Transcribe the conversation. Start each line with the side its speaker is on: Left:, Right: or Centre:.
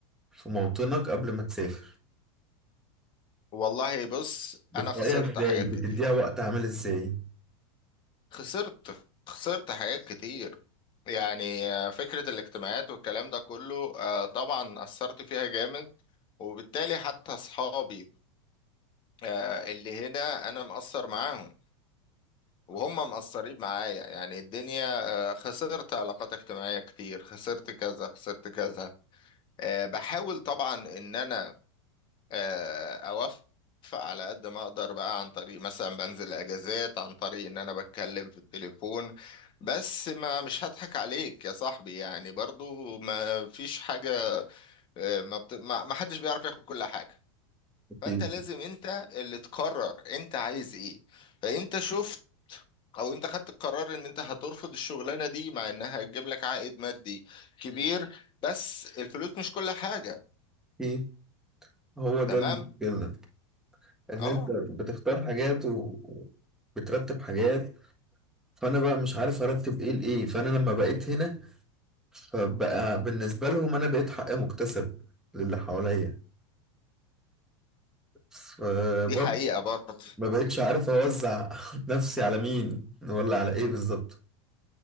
Centre: في موطنك قبل ما تسافر
Left: والله بص
Centre: بتراعيها
Left: انا خسرت
Centre: إزاي
Left: حاجات كتير
Centre: بتديها وقت عامل إزاي
Left: خسرت خسرت حاجات كتير يعني آه، فكرة الاجتماعات والكلام ده كله آه، طبعا اثرت فيها جامد وبالتالي حتى اصحابي آه، اللي هنا انا مأثر معاهم وهم مقصرين معايا يعني الدنيا آه، خسرت علاقات اجتماعية كتير خسرت كذا خسرت كذا آه، بحاول طبعا ان انا آه، اوفق على قد ما اقدر بقى عن طريق مثلا بنزل اجازات عن طريق ان انا بتكلم في التليفون بس ما مش هضحك عليك يا صاحبي يعني برضو ما فيش حاجة آه، ما, بت... ما ما حدش بيعرف ياخد كل حاجة
Centre: أكيد.
Left: فانت لازم انت اللي تقرر انت عايز ايه فانت شوف او انت خدت القرار ان انت هترفض الشغلانه دي مع انها هتجيب لك عائد مادي كبير بس الفلوس مش كل حاجه
Centre: إيه هو ده
Left: تمام
Centre: المشكلة إن
Left: اه
Centre: أنت بتختار حاجات و- وبترتب حاجات فأنا بقى مش عارف أرتب إيه لإيه فأنا لما بقيت هنا فبقى بالنسبة لهم أنا بقيت حق مكتسب للي حواليا فبرضه
Left: دي حقيقه برضه
Centre: ما بقتش عارف اوزع <laughs> نفسي على مين ولا على ايه بالظبط